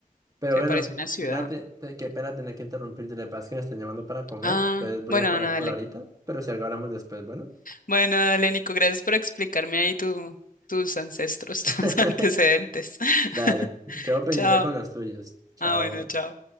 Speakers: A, on the right; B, on the left.
A: pero
B: sea,
A: bueno,
B: parece una ciudad.
A: Nate, te- qué pena tener que interrumpirte. Le pasa que me están llamando para comer,
B: Ah,
A: entonces voy
B: bueno,
A: a parar
B: no, dale.
A: por ahorita. Pero si algo hablamos después, bueno.
B: Bueno, dale, Nico, gracias por explicarme ahí tu, tus ancestros,
A: <laughs>
B: <laughs> tus antecedentes.
A: Dale,
B: <laughs>
A: quedo pendiente
B: Chao.
A: con los tuyos. Chao.
B: Ah, bueno, chao.